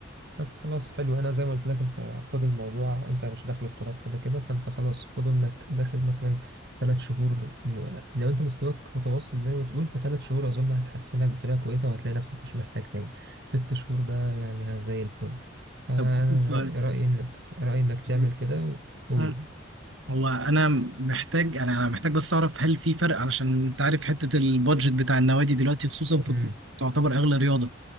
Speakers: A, on the right; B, on the right.
A: طب خلاص حلو انا زي ما قلت لك انت خد الموضوع انت مش داخل بطولات كده كده فانت خلاص خد انك داخل مثلا ثلاث شهور م- لو انت مستواك متوسط زي ما تقول فثلاث شهور اظن هتحسنك بطريقه كويسه وهتلاقي نفسك مش محتاج تاني ست شهور ده يعني ها زي الفل فانا
B: طب <laughs> سؤال-
A: رأي رأيي انك رأيي انك
B: سؤال.
A: تعمل كده وقول
B: مم. هو انا محتاج يعني انا محتاج بس اعرف هل في فرق علشان انت عارف حته البادجت بتاع النوادي دلوقتي خصوصا في
A: امم
B: الكورة تعتبر اغلى رياضه